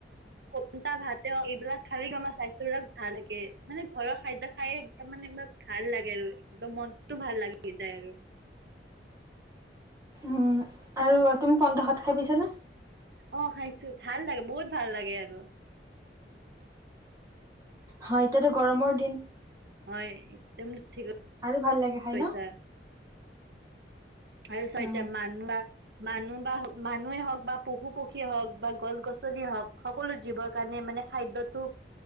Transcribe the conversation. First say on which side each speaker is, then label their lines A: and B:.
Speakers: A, on the right; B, on the right.
A: অ পন্তা ভাতে হক এইবিলাক খালে আমাৰ স্বাস্থ্যবিলাক ভাল থাকে মানে ঘৰৰ খাদ্য খায় তাৰ মানে কিবা ভাল লাগে আৰু একম মনতটো ভাল লাগি যায় আৰু
B: উম আৰু তুমি পন্তা ভাত খাই পাইছানে।
A: অ খাইছো ভাল লাগে বহুত ভাল লাগে আৰু।
B: হয় এতিয়াতো গৰমৰ দিন।
A: হয়। তুমি ছাগে <inaudible>
B: আৰু ভাল লাগে। খাই
A: খইছাৰ
B: ন?
A: আৰু চাৰিটা
B: অ
A: মানোৱা মানুহ বা মানুহে হওক বা পশু পক্ষীয়ে হওক বা গছ গছনিয়ে হওক সকলো জীৱৰ কাৰণে মানে খাদ্যটো